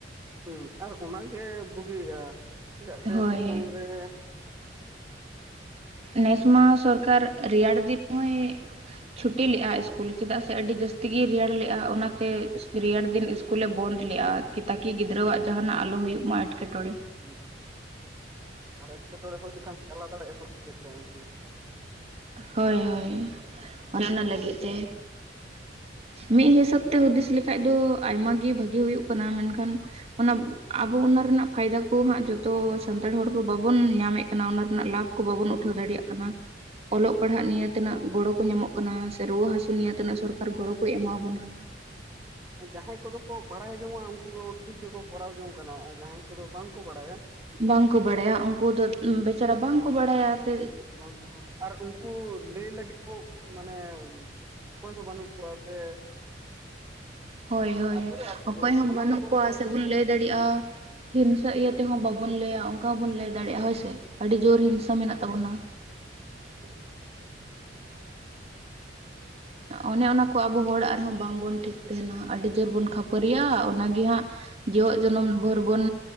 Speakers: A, on the right; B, on the right.
A: ᱦᱩᱸ ᱟᱨ ᱚᱱᱟᱜᱮ ᱵᱩᱜᱤᱜᱼᱟ ᱪᱮᱫᱟᱜ
B: ᱦᱳᱭ
A: ᱥᱮ ᱥᱤᱛᱩᱝ ᱨᱮ
B: ᱱᱮᱥ ᱢᱟᱦᱟ ᱥᱚᱨᱠᱟᱨ ᱨᱮᱭᱟᱲ ᱫᱤᱱ ᱦᱚᱸᱭ ᱪᱷᱩᱴᱤ ᱞᱮᱫᱼᱟ ᱥᱠᱩᱞ ᱪᱮᱫᱟᱜ ᱥᱮ ᱟᱹᱰᱤ ᱡᱟᱹᱥᱛᱤᱜᱭ ᱨᱮᱭᱟᱲ ᱞᱮᱫᱼᱟ, ᱚᱱᱟᱛᱮ ᱨᱮᱭᱟᱲ ᱫᱤᱱ ᱤᱥᱠᱩᱞᱮ ᱵᱚᱱᱫ ᱞᱮᱫᱼᱟ᱾ ᱠᱤ ᱛᱟᱠᱤ ᱜᱤᱫᱽᱨᱟᱹᱣᱟᱜ ᱡᱟᱦᱟᱱᱟᱜ ᱟᱞᱚ ᱦᱩᱭᱩᱜ ᱢᱟ ᱮᱴᱠᱮᱴᱚᱬᱮ᱾
A: ᱦᱩᱭ ᱟᱨ ᱮᱴᱠᱮᱴᱚᱬᱮ ᱦᱩᱭ ᱞᱮᱠᱷᱟᱱ ᱪᱟᱞᱟᱣ ᱫᱟᱲᱮᱭᱟᱜᱼᱟ ᱠᱚ ᱪᱤᱠᱟᱹᱛᱮ ᱩᱱᱠᱩ
B: ᱦᱳᱭ ᱦᱳᱭ ᱚᱱᱮ ᱚᱱᱟ ᱞᱟᱹᱜᱤᱫ ᱛᱮ ᱢᱤᱫ ᱦᱤᱥᱟᱹᱵ ᱛᱮ ᱦᱩᱫᱤᱥ ᱞᱮᱠᱷᱟᱡ ᱫᱚ ᱟᱭᱢᱟ ᱜᱮ ᱵᱷᱟᱜᱤ ᱦᱩᱭᱩᱜ ᱠᱟᱱᱟ ᱢᱮᱱᱠᱷᱟᱱ ᱚᱱᱟᱼᱼ ᱟᱵᱚ ᱚᱱᱟ ᱨᱮᱱᱟᱜ ᱯᱷᱟᱭᱫᱟ ᱠᱚ ᱦᱟᱸᱜ ᱡᱚᱛᱚ ᱥᱟᱱᱛᱟᱲ ᱦᱚᱲ ᱠᱚ ᱵᱟᱵᱚᱱ ᱧᱟᱢᱮᱫ ᱠᱟᱱᱟ ᱚᱱᱟ ᱨᱮᱱᱟᱜ ᱞᱟᱵᱷ ᱠᱚ ᱵᱟᱵᱚᱱ ᱩᱴᱷᱟᱹᱣ ᱫᱟᱲᱮᱭᱟᱜ ᱠᱟᱱᱟ᱾ ᱚᱞᱚᱜ ᱯᱟᱲᱦᱟᱜ ᱱᱤᱭᱮ ᱛᱤᱱᱟᱹᱜ ᱜᱚᱲᱚ ᱠᱚ ᱧᱟᱢᱚᱜ ᱠᱟᱱᱟ ᱥᱮ ᱨᱩᱣᱟᱹ ᱦᱟᱥᱩ ᱱᱤᱭᱮ ᱛᱤᱱᱟᱹ ᱥᱚᱨᱠᱟᱨ ᱜᱚᱲᱚ ᱠᱚ ᱮᱢᱟᱵᱚᱱ ᱠᱟᱱᱟ᱾
A: ᱡᱟᱦᱟᱸᱭ ᱠᱚᱫᱚ ᱠᱚ ᱵᱟᱲᱟᱭ ᱡᱚᱝᱼᱟ, ᱩᱱᱠᱩ ᱫᱚ ᱴᱷᱤᱠ ᱜᱮᱠᱚ ᱠᱚᱨᱟᱣ ᱡᱚᱝ ᱠᱟᱱᱟ ᱟᱨ ᱡᱟᱦᱟᱸᱭ ᱠᱚᱫᱚ ᱵᱟᱝᱠᱚ ᱵᱟᱲᱟᱭᱟ
B: ᱵᱟᱝ ᱠᱚ ᱵᱟᱲᱟᱭᱟ ᱩᱱᱠᱩ ᱫᱚ ᱵᱮᱪᱟᱨᱟ
A: ᱦᱮᱸ
B: ᱵᱟᱝ ᱠᱚ ᱵᱟᱲᱟᱭᱟᱛᱮ
A: ᱵᱟᱝ ᱟᱨ ᱩᱱᱠᱩ ᱞᱟᱹᱭ ᱞᱟᱹᱜᱤᱫ ᱢᱟᱱᱮ ᱚᱠᱚᱭ ᱦᱚᱸ ᱵᱟᱹᱱᱩᱜ ᱠᱚᱣᱟ ᱥᱮ
B: ᱦᱳᱭ ᱦᱳᱭ
A: ᱟᱛᱳ ᱨᱮ
B: ᱚᱠᱚᱭ ᱦᱚᱸ
A: ᱥᱟᱱᱟᱢ
B: ᱵᱟᱹᱱᱩᱜ
A: ᱨᱚᱠᱚᱢ
B: ᱠᱚᱣᱟ
A: ᱦᱚᱲ
B: ᱥᱮ
A: ᱠᱚ
B: ᱵᱚᱱ
A: ᱛᱟᱦᱮᱱ
B: ᱞᱟᱹᱭ ᱫᱟᱲᱮᱭᱟᱜᱼᱟ ᱦᱤᱱᱥᱟ
A: ᱠᱟᱱᱟ᱾
B: ᱤᱭᱟᱹ ᱛᱮ ᱛᱮᱦᱚᱸ ᱵᱟᱵᱚᱱ ᱞᱟᱹᱭᱟ, ᱚᱱᱠᱟ ᱦᱚᱸᱵᱚᱱ ᱞᱟᱹᱭ ᱫᱟᱲᱮᱭᱟᱜᱼᱟ
A: ᱦᱮᱸ
B: ᱦᱳᱭ ᱥᱮ ᱟᱹᱰᱤ ᱡᱳᱨ ᱦᱤᱝᱥᱟ ᱢᱮᱱᱟᱜ ᱛᱟᱵᱚᱱᱟ᱾
A: ᱦᱮᱸ
B: ᱚᱱᱮ ᱚᱱᱟ ᱠᱚ ᱟᱵᱚ ᱦᱚᱲᱟᱜ ᱨᱮᱦᱚᱸ ᱵᱟᱝᱵᱚᱱ ᱴᱷᱤᱠ ᱛᱟᱦᱮᱱᱟ ᱟᱹᱰᱤ ᱡᱳᱨ ᱵᱚᱱ ᱠᱷᱟᱹᱯᱟᱹᱨᱤᱜᱼᱟ ᱚᱱᱟᱜᱮ ᱦᱟᱸᱜ ᱠᱮᱣᱟᱜ ᱡᱚᱱᱚᱢ ᱵᱷᱳᱨ ᱵᱚᱱ